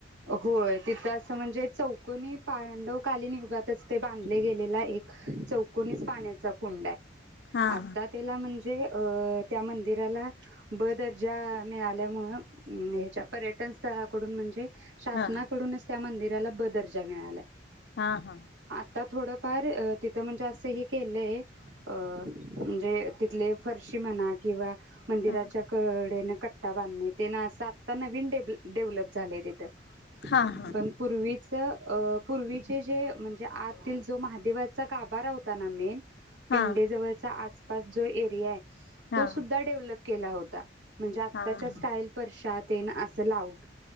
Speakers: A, on the right; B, on the left.
A: होय तिथं असं म्हणजे चौकोनी पांडवकालीन युगातच ते बांधले गेलेला एक चौकनीच पाण्याचा कुंडा आहे.
B: हां
A: आता त्यीला म्हणजे त्या मंदिराला ब दर्जा मिळाल्या मुळ ह्याच्या पर्यटन स्थळाकडून म्हणजे शासनाकडूनच
B: हां
A: त्यामध्ये त्याला ब दर्जा मिळाला.
B: हा हा.
A: आता थोडंफार तिथं म्हणजे असं हे केलंय अ म्हणजे तिथले फरशी म्हणा किंवा, मंदिराच्या
B: हां
A: कडे न, बांधणे ते ना आता नवीन डेव डेव्हलप झालंय तिथं.
B: हां हां
A: पण पूर्वीच. पूर्वीचे जे म्हणजे आतील जो महादेवाचा गाभारा होता ना मेन, पिंडे
B: हां
A: जवळचा आज पास जो एरिया आहे,
B: हां
A: तो सुद्धा डेव्हलप केला होता त्याच्या
B: हां
A: स्टाईल पशात, ते ना असं लाउट.